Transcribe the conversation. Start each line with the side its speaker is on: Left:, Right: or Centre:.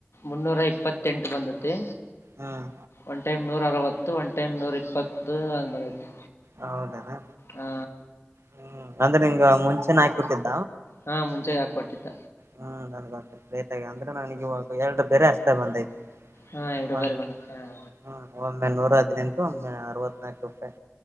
Left: ಮುನ್ನೂರ ಇಪ್ಪತ್ತೆಂಟು ಬಂದತೆೆ
Right: ಹ್ಮ್
Left: ಒಂದು ಟೈಮ್ ನೂರ ಅರವತ್ತು ಒನ್ ಎತ್ತ ಎನೂರು ಇಪ್ಪತ್ತು ಅಂಗ್ಬದೈು
Right: ಹೌದನಾ
Left: ಹಾ
Right: ಹ್ಮ್ ಅಂದ್ರೆ ನಿಂಗ ಮುಂಚೆ ಆಕಿ ಕೊಟ್ಟಿದ್ದ್
Left: ಹಾ ಮುಂಚೆೆಗೆ ಹಾಕ ಕೊೊಟ್ಟಿದ್ದ
Right: ಹ್ಮ್ ನನ್ ಲೇಟ್ ಆಗ ಅಂದ್ರೆ ನನ ಇವಾಗ ಎರಡು ಬೇರೆ ಅಷ್ಟೇ ಬಂದೈ್ತು
Left: ಹಾಂ ಎರಡು
Right: ಹ
Left: ಬಾರಿ ಬಂದೈತೆ ಹಾಂ
Right: ಒಂದನೂರ ಂಂದ ಅವತ್ನಾಲ್ಕ ರೂಪಾಯಿ